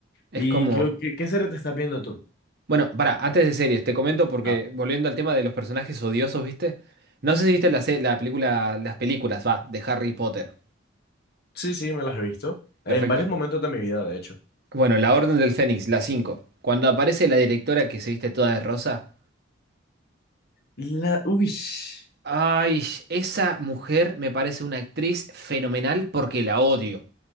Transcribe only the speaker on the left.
¿Y
qué, qué, qué serie te estás viendo tú?
Ah,
sí, sí, me las he visto. En
varios momentos de mi vida, de hecho.
La... Uy, <laughs> sí,